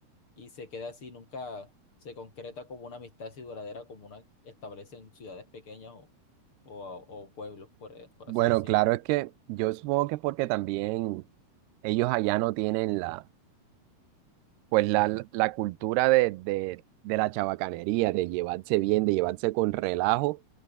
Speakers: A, on the left (about 35°); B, on the right (about 80°).
A: Y se queda así, nunca se concreta como una amistad así duradera como una establece en ciudades pequeñas o, o, o pueblos, por, eh, por
B: Bueno,
A: así decirlo.
B: claro, es que yo supongo que es porque también ellos allá no tienen la, pues la, la cultura de, de, de la chabacanería, de llevarse bien, de llevarse con relajo